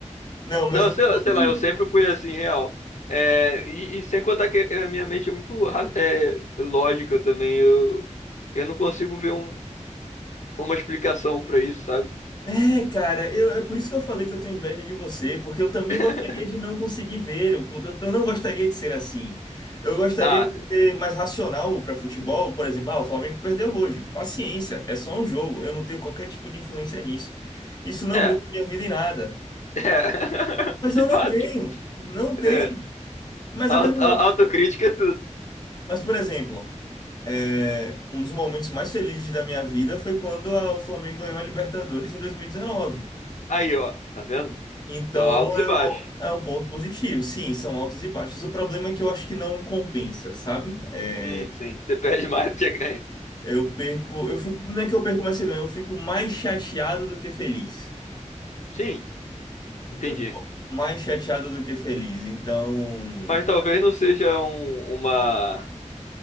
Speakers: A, on the left (about 35°); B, on the left (about 70°).
A: Não, mas
B: Não,
A: eu
B: sei,
A: não sou
B: lá, sei lá,
A: de.
B: eu sempre fui assim, real. É, e, e sem contar que a minha mente é muito ra- é, lógica também. Eu, eu não consigo ver um- uma explicação pra isso, sabe?
A: É, cara, eu, é por isso que eu falei que eu tenho inveja de você, porque eu também
B: <laughs>
A: gostaria de não conseguir ver. Eu, eu- eu não gostaria de ser assim. Eu gostaria
B: Ah,
A: de
B: sim.
A: ser mais racional para futebol, por exemplo, ah, o Flamengo perdeu hoje. Paciência, é só um jogo. Eu não tenho qualquer tipo de influência nisso. Isso não
B: é,
A: muda
B: é.
A: minha vida em nada.
B: <laughs> De
A: Mas eu não
B: fato,
A: tenho, não tenho.
B: é.
A: Mas
B: Auto-
A: ao mesmo,
B: a- autocrítica é tudo.
A: mas por exemplo. É, um dos momentos mais felizes da minha vida foi quando a- o Flamengo ganhou a Libertadores em 2019.
B: Aí, ó, tá vendo?
A: Então
B: Então, altos
A: é
B: e baixos.
A: um, é um ponto positivo. Sim, são altos e baixos. O problema é que eu acho que não compensa, sabe? É,
B: Hum, sim, você perde mais do que ganha.
A: eu perco, eu fico, não é que eu perco mais que eu ganho, eu fico mais chateado do que feliz.
B: Sim, entendi.
A: Eu fico mais chateado do que feliz. Então,
B: Mas talvez não seja um, uma,